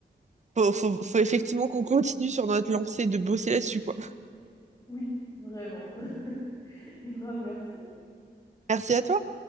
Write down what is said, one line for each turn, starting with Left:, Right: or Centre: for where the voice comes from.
Right: Faut, faut, faut effectivement qu'on continue sur notre lancée de bosser là-dessus quoi.
Left: oui, vraiment. <laughs> Et ben, merci.
Right: Merci à toi.